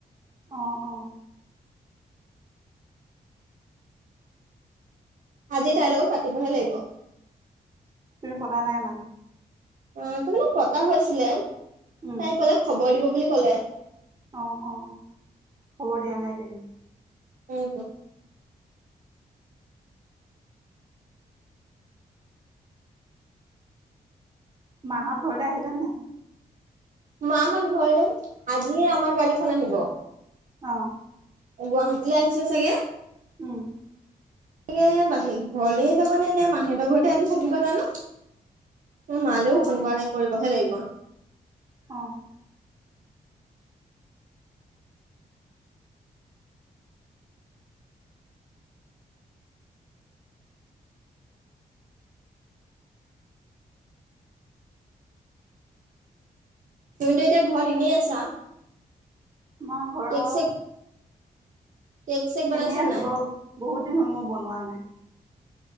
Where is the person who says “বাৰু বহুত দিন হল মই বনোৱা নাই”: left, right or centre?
Right